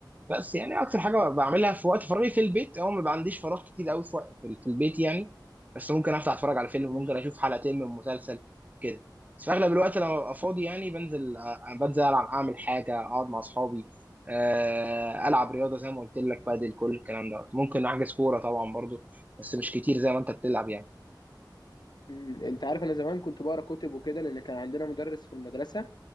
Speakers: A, on the right; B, on the left.
A: بس يعني اكتر حاجه بعملها في وقت فراغي في البيت هو ما عنديش فراغ كتير قوي في وقت- في في البيت يعني بس ممكن افتح اتفرج على فيلم
B: مم.
A: ممكن اشوف حلقتين من مسلسل كده بس في اغلب الوقت لما ببقى فاضي يعني بنزل أ- بنزل العب اعمل حاجه اقعد مع اصحابي آه، العب رياضه زي ما قلت لك بادل كل الكلام ده ممكن احجز كوره طبعا برضو بس مش كتير زي ما انت بتلعب
B: مم. انت عارف انا زمان كنت بقرا كتب وكده لان كان عندنا مدرس في المدرسة